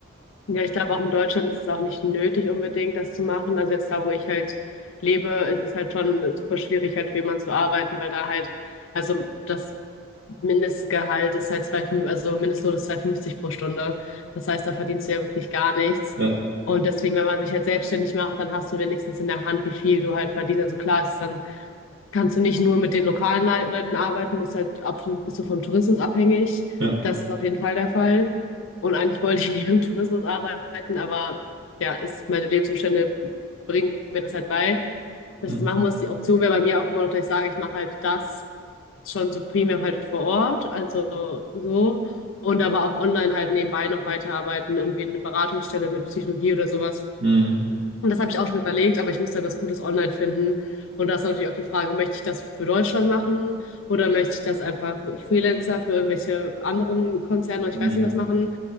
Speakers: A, on the left; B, on the right.
A: Ja, ich glaube, auch in Deutschland ist es auch nicht nötig, unbedingt das zu machen. Also jetzt da, wo ich halt lebe, ist es halt schon super schwierig, halt für jemanden zu arbeiten, weil da halt, also das Mindestgehalt ist halt zwei, also Mindestlohn ist zwei Komma fünfzig pro Stunde. Das heißt, da verdienst du ja wirklich gar nichts.
B: Ja,
A: Und deswegen, wenn man sich halt selbstständig macht, dann hast du wenigstens in der Hand, wie viel du halt verdienst. Also klar, es ist dann kannst du nicht nur mit den lokalen Le Leuten arbeiten, musst halt absolut bist du vom Tourismus abhängig.
B: ja.
A: Das ist auf jeden Fall der Fall. Und eigentlich wollte ich nicht mit dem Tourismus arbeiten, aber ja, ist meine Lebensumstände bringen mir das halt bei, dass
B: Mhm.
A: ich das machen muss. Die Option wäre bei mir auch immer noch, dass ich sage, ich mache halt das schon so primär halt vor Ort, also so. Und aber auch online halt nebenbei noch weiterarbeiten, irgendwie eine Beratungsstelle mit Psychologie oder sowas.
B: Mhm.
A: Und das habe ich auch schon überlegt, aber ich muss halt was Gutes online finden. Und da ist natürlich auch die Frage, möchte ich das für Deutschland machen oder möchte ich das einfach für Freelancer für irgendwelche anderen Konzerne, oder ich
B: Mhm.
A: weiß nicht was machen,